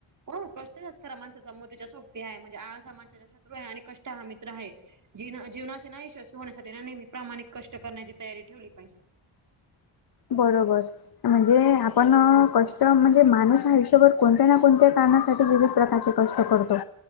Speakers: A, on the right; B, on the left.
A: हो कष्टाचाच खरा माणसाचा मोतीच्या सोक्ती हाये म्हणजे आळज हा माणसाच्या शत्रू हाये आणि कष्ट हा मित्र हाये जी जीवणाचे ना यश् होण्यासाठी ना नेहमी प्रामाणिक कष्ट करण्याची तयारी ठेवली पाहिजे
B: बरोबर म्हणजे आपण कष्ट म्हणजे माणूस आयुष्यभर कोणत्या ना कोणत्या कारणासाठी विविध प्रकारचे कष्ट करतो